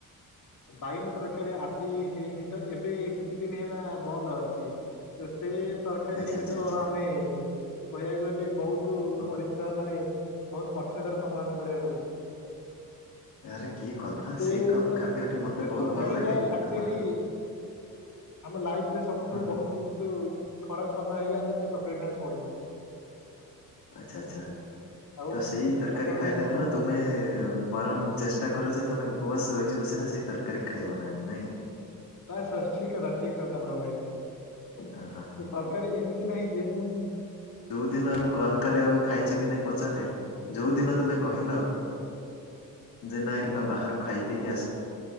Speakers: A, on the left; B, on the left.
A: ବାଇଗଣ ତରକାରୀ ଆଜି ହେଇନି ତ। ଏବେ କିଛି ଦିନ ହେଲା ବନ୍ଦ ଅଛି। ତ, ସେ ତରକାରୀ
B: ଆଚ୍ଛା
A: ହେଲେ
B: ଆଚ୍ଛା
A: ତ
B: ଆଚ୍ଛା
A: ଆମେ କହିବାକୁ ଗଲେ ବହୁତ ତୁ
B: ଓହୋ।
A: ପରିଶ୍ରମ ମାନେ, ବହୁତ କଠିନତାର ସମଧନ କରିବାକୁ ପଡୁଛି।
B: ଆରେ କି କଥା
A: ସେ
B: ସେଇ ଖା-
A: ତ,
B: ଖାଦ୍ୟଟି ମତେ
A: ସେ
B: ବହୁତ
A: ତରକାରୀଟା
B: ଭଲ ଲାଗେ
A: ଆକ୍ଚୁଆଲି
B: ତୁମର
A: ଆମ ଲାଇଫ ରେ ସବୁଠୁ
B: ହଁ।
A: ବହୁତୁ। ଖରାପ ସମୟ ଆଇଲେ, ଆମେ ସେ ତରରୀ ଖାଇବାକୁ ପଡୁଛି।
B: ଆଚ୍ଛା, ଆଛା,
A: ଆଉ
B: ତ ସେଇ ତରକାରୀ
A: ଆପଣ
B: ଖାଇଲା
A: ଏବେ କଣ
B: ଦିନ
A: ହବ?
B: ତୁମେ ବରମ ଚେଷ୍ଟା କର ଯେ, ତମେ ଉପବାସ ରହିଯିବ ସିନା, ସେଇ ତରକାରୀ ଖାଇବ ନାହିଁ, ନାଇଁ କି।
A: ବାସ୍ ବାସ୍ ଠିକ କଥା, ଠିକ କଥା ଆପଣ କହିଲେ। ସେ
B: ହଁ ହଁ ହଁ।
A: ତରକାରୀ ଏମିତି ନାହିଁ ଯେ ମୁଁ।
B: ଯୋଉ ଦିନ ମୁଁ କଲ୍ କରେ, ଆଉ ଖାଇଛ କି ନାଇଁ ପଚାରେ, ଯୋଉ ଦିନ ତୁମେ କହିଲ। ଯେ ନାଇଁ ବା ବାହାରୁ ଖାଇ ଦେଇକି ଆସି